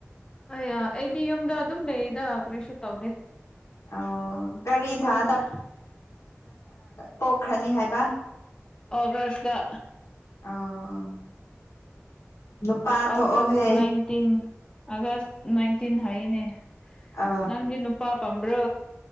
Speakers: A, on the left; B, on the left.
A: ꯑ ꯑꯩꯗꯤ ꯌꯨꯝꯗ ꯑꯗꯨꯝ ꯅꯗ ꯍꯥ ꯀꯔꯤꯁꯨꯨ ꯇꯧꯗꯦ
B: ꯑꯣ ꯀꯔꯤ
A: ꯑꯗ
B: ꯊꯥꯗ ꯄꯣꯛꯈ꯭ꯔꯅꯤ ꯍꯥꯏꯕ
A: ꯑꯣꯒꯥꯁ ꯂ
B: ꯑꯣ ꯅꯨꯄꯥ ꯊꯣꯛꯑꯣꯍꯦ
A: ꯑꯒꯁ ꯅꯥꯏꯟꯇꯤꯟ ꯑꯒꯁ ꯅꯥꯏꯟꯇꯤꯟ ꯍꯥꯏꯅꯦ
B: ꯑ
A: ꯅꯪꯗꯤ ꯅꯨ ꯎ ꯄ ꯄꯝꯕ꯭ꯔꯣ